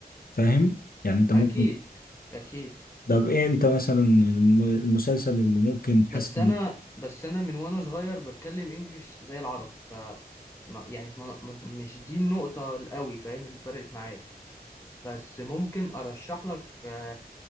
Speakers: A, on the left (about 65°); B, on the left (about 15°).
A: فاهم يعني انت ممكن
B: اكيد اكيد
A: طب ايه انت مثلا الم- المسلسل اللي ممكن تحسن
B: بس انا بس انا من وانا صغير بتكلم انجليش زي العربي ف ما- يعني ما ما- مش دي النقطة القوي فاهم اللي فرقت معايا بس ممكن ارشح لك آه،